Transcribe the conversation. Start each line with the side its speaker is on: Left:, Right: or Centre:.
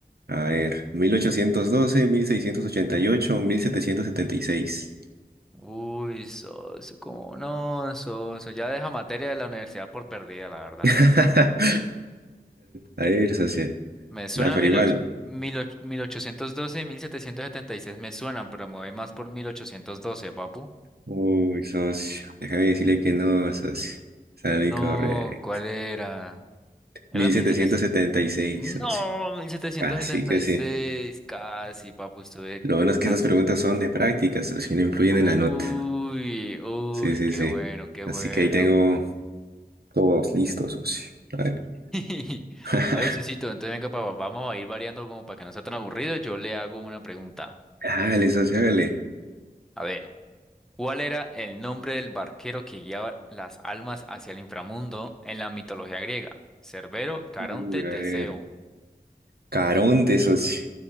Right: A ver, mil mil ochocientos doce, mil seiscientos ochenta y ocho, mil setecientos setenta y seis.
Centre: Uy, socio, ¿cómo no, socio? Ya deja materia de la universidad por perdida, la verdad.
Right: <laughs> a ver, socio.
Centre: Me suena
Right: Nah, pero
Centre: mil
Right: igual,
Centre: ocho- mil och, mil 18 1812 y 1776. me suenan, pero me voy más por 1812, papu.
Right: Uy, socio. Déjame decirle que no, socio. Sale
Centre: No,
Right: incorrecto.
Centre: ¿cuál era? Era
Right: mil
Centre: mil
Right: setecientos
Centre: setecientos.
Right: setenta y seis
Centre: No,
Right: socio.
Centre: mil setecientos
Right: Así
Centre: setenta
Right: que
Centre: y
Right: sí.
Centre: seis, casi, papu, estuve
Right: Lo bueno es que
Centre: casi.
Right: estas preguntas son de práctica, socio, y no influyen
Centre: Uy,
Right: en la nota.
Centre: uy,
Right: Sí, sí,
Centre: qué
Right: sí.
Centre: bueno, qué
Right: Así
Centre: bueno.
Right: que ahí tengo todos listos, socio. A ver.
Centre: <laughs>
Right: <laughs>
Centre: A ver, Susito, entonces venga, papá, vamos a ir variando como para que no sea tan aburrido. Yo le hago una pregunta.
Right: Hágale, socio, hágale.
Centre: A ver, ¿cuál era el nombre del barquero que guiaba las almas hacia el inframundo en la mitología griega? Cerbero, Caronte,
Right: Uy,
Centre: Teseo.
Right: a ver. Caronte, socio.